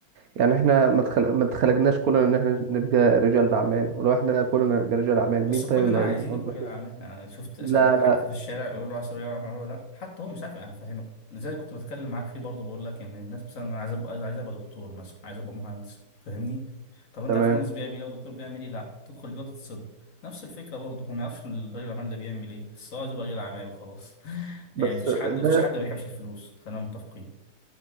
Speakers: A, on the right; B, on the left.
A: يعني احنا ما اتخل... ما اتخلقناش كلنا ان احنا نبقى رجال اعمال ولو احنا كلنا نبقى رجال اعمال
B: بس
A: مين طيب
B: كلنا
A: اللي هيبقوا
B: عايزين نكون
A: موظفين
B: رجال اعمال يعني شفت اسال
A: لا
B: اي
A: لا
B: حد في الشارع يقول له عايز تبقى رجل اعمال ولا لا حتى هو مش عارف يعني فاهمك لذلك كنت بتكلم معاك فيه برضه بقول لك ان الناس مثلا أنا عايز ابقى عايز ابقى دكتور مثلا عايز ابقى مهندس فاهمني طب انت
A: تمام
B: عارف مهندس بيعمل ايه ودكتور بيعمل ايه لا تدخل جوه تتصدم نفس الفكره برضه هو ما يعرفش رجل الاعمال ده بيعمل ايه بس هو عايز يبقى رجل اعمال وخلاص <laughs>
A: بس
B: يعني مفيش حد
A: ده
B: مفيش حد ما بيحبش الفلوس خلينا متفقين